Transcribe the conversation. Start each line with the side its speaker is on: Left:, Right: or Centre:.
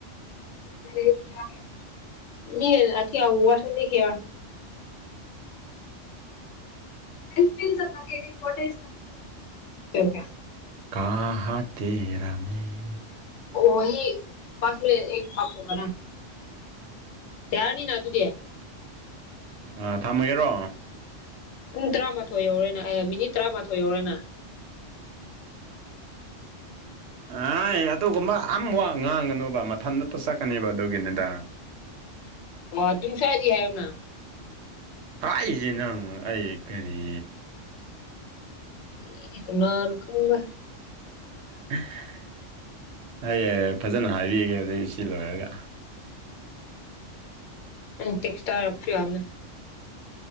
Left: <unintelligible> ꯑꯩ ꯆꯤꯡ ꯆꯠꯂꯨꯒꯦ <unintelligible>
Right: ꯀꯍꯥ ꯍꯥ ꯇꯦꯔꯥ ꯃꯦꯔꯥ
Left: ꯋꯍꯤ ꯄꯥꯁ ꯃꯦ ꯑꯦꯛ ꯄꯥꯡꯈꯣꯛ ꯃꯅꯥ ꯌꯥꯔꯅꯤꯅ ꯑꯗꯨꯨꯗꯤ
Right: ꯑ ꯊꯝꯃꯒꯦꯔꯣ
Left: ꯄꯨꯡ ꯇꯔꯥꯃꯥꯊꯣꯏ ꯌꯧꯔꯦꯅ ꯑ ꯃꯤꯅꯤꯠ ꯇꯔꯥꯃꯥꯊꯣꯏ ꯌꯧꯔꯦꯅ
Right: ꯍꯥꯏ ꯑꯗꯨꯒꯨꯝꯕ ꯑꯝ ꯋꯥꯉꯥꯡꯒꯅꯣꯕ ꯃꯊꯟꯅꯇ ꯆꯠꯀꯅꯤꯕ ꯑꯗꯨꯒꯤꯗꯨꯗ
Left: ꯑꯣ ꯇꯨꯡꯁꯥꯏꯗꯤ ꯍꯥꯏꯑꯣꯅ
Right: ꯍꯥꯏꯖꯦ ꯅꯪ ꯑꯩ ꯀꯔꯤ
Left: <unintelligible> ꯀꯅꯥꯅ ꯈꯪꯕ
Right: <unintelligible> ꯑꯩ ꯐꯖꯅ ꯍꯥꯏꯕꯤꯒꯦ ꯍꯧꯖꯤꯛ ꯁꯤ ꯂꯣꯏꯔꯒ
Left: ꯎꯝ ꯇꯦꯛꯁ ꯇ ꯍꯥꯢꯔꯛꯄꯁꯨ ꯌꯥꯕꯅꯦ